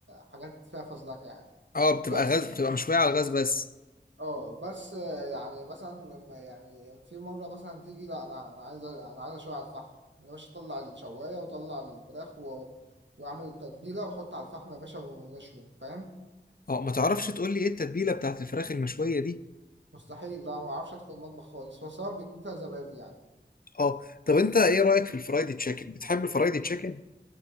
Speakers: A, on the right (about 80°); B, on the left (about 50°).
A: حاجات فيها فزلكة يعني
B: اه بتبقى
A: بس
B: غاز بتبقى مشوية على الغاز بس
A: اه بس يعني مثلا لما يعني في مرة مثلا تيجي لا انا انا عايز انا عايز اشوي على الفحم يا باشا طلع الشواية وطلع الفراخ و... واعمل التتبيلة وحط على الفحم يا باشا ونشوي فاهم
B: اه ما تعرفش تقول لي ايه التتبيلة بتاعت الفراخ المشوية دي
A: مستحيل لا ما اعرفش ادخل المطبخ خالص هو سواء بيكون فيها زبادي يعني
B: اه طب انت ايه رايك في الفرايدي تشيكن بتحب الفرايدي تشيكن